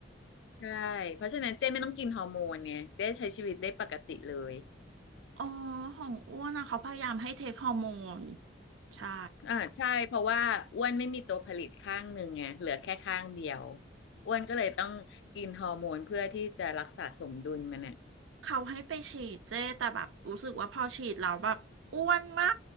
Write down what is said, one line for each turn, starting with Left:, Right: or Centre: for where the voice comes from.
Left: ใช่เพราะฉะนั้นเจ๊ไม่ต้องกินฮอร์โมนไงเจ๊ใช้ชีวิตได้ปกติเลย
Right: อ๋อของอ้วนอะเขาพยายามให้เทคฮอร์โมนใช่
Left: อ่าใช่เพราะว่าอ้วนไม่มีตัวผลิตข้างหนึ่งไงเหลือแค่ข้างเดียวอ้วนก็เลยต้องกินฮอร์โมนเพื่อที่จะรักษาสมดุลมันน่ะ
Right: เขาให้ไปฉีดเจ้แต่แบบรู้สึกว่าพอฉีดเราแล้วแบบอ้วนมา